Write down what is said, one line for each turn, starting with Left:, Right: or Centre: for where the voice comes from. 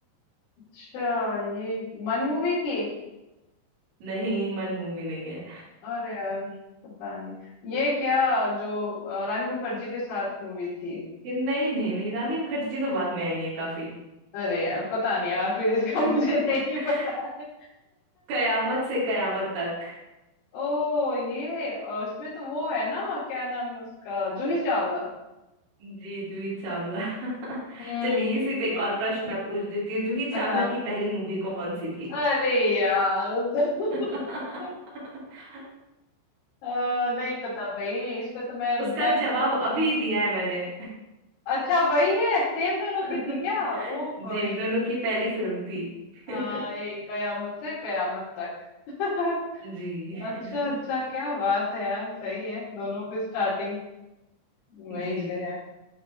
Left: अच्छा ये मन मूवी की
Right: नहीं मन मूवी नहीं है
Left: अरे यार पता नहीं ये क्या जो अ, रानी मुखर्जी के साथ मूवी थी
Right: कि नहीं नहीं नहीं रानी मुखर्जी तो बाद में आई है काफी
Left: अरे यार पता नहीं यार फिर इसका
Right: <laughs>
Left: <laughs> मुझे नहीं पता है
Right: कयामत से कयामत तक
Left: ओ ये अ, इसमें तो वो है ना क्या नाम है उसका जूही चावला
Right: जी जूही चावला <laughs>
Left: हम्म
Right: चलिए इसी
Left: हम्म।
Right: पे एक और प्रश्न मैं पूछ देती हूँ जूही चावला
Left: हाँ
Right: की पहली मूवी कौन सी थी
Left: अरे यार <laughs>
Right: <laughs>
Left: अ, नहीं पता भाई इस पे तो मैं मैं
Right: उसका जवाब अभी दिया है मैंने
Left: अच्छा वही है सेम दोनों
Right: <laughs>
Left: की थी क्या ओ
Right: जी
Left: भाई
Right: दोनों की पहली फिल्म थी
Left: हाँ
Right: <laughs>
Left: यही कयामत से कयामत तक <laughs>
Right: जी
Left: अच्छा
Right: <laughs>
Left: अच्छा क्या बात है यार सही है दोनों की स्टार्टिंग वही
Right: जी
Left: से है